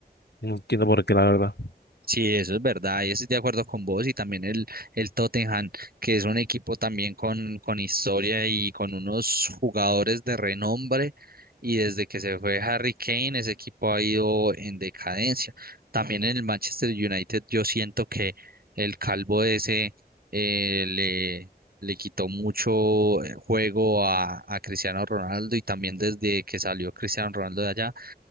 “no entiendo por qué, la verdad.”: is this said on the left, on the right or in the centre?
Left